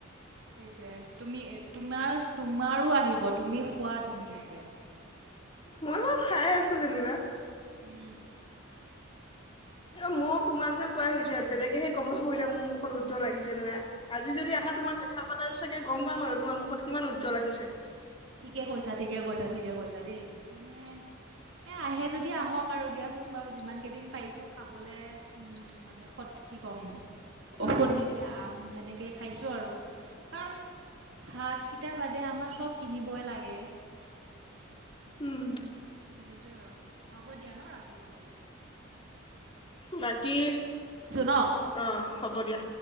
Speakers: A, on the right; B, on the left.
A: সেইটোৱে তুমি, তোমাৰ, তোমাৰো আহিব। তুমি খোৱা ধুনীয়াকে।
B: মই বাউ খাই আছো যেনিবা।
A: উম।
B: মইও তোমাকহে কোৱা হৈছে, বেলেগেহে গম পাব এতিয়া মোৰ মুখত উজ্জ্বল আহিছে নে নাই আজি যদি আহা তোমাক দেখা পালে চাগে গম পাম আৰু। তোমাৰ মুখত কিমান উজ্জ্বল আহিছে।
A: ঠিকে কৈছা, ঠিকে কৈছা, ঠিকে কৈছা দেই, মানে, এ আহে যদি আহক আৰু দিয়াচোন বাৰু যিমান কেইদিন পাইছো খাবলে, উম, মানে সত কি ক'ম? ঔষধ
B: উম,
A: নিদিয়া আম সেনেক কে খাইছোঁ আৰু, কাৰণ ভাত কিতা বাদে আমাৰ চব কিনিবই লাগে।
B: উম।
A: সেইটোৱে আৰু, হ'ব দিয়া ন ৰাখিছো।
B: বাকী,
A: ন
B: অ', হ'ব দিয়া।